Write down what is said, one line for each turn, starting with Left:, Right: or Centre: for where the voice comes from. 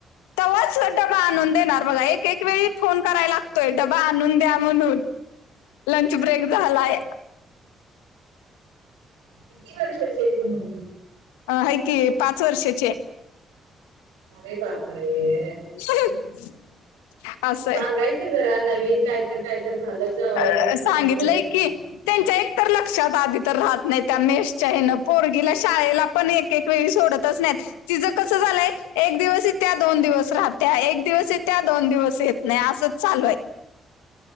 Left: तवाच डबा आणून देणार बघा एक एक एक वेळी फोन करायला लागतोय डबा आणून द्या म्हणून. लंच ब्रेक झालाय.
Right: किती वर्षची हाय ती मुलगी?
Left: अ हाय की पाच वर्षाची हाय.
Right: अरे बापरे!
Left: <unintelligible> असंय
Right: सांगायचं जरा नवीन कायतर कायतर घालत जाव
Left: अ,
Right: दुसरी
Left: सांगितलंय
Right: भाज्या वगैरे.
Left: की त्यांच्या एक तर लक्षात आधी तर राहत नाही त्या मेशच्या हेन पोरगीला शाळेला पण एक एक वेळी सोडतच नाहीत. तिचं कस झालंय, एक दिवस येत्या दोन दिवस राहत्या एक दिवस येत्या दोन दिवस येत नाही असंच चालू आहे.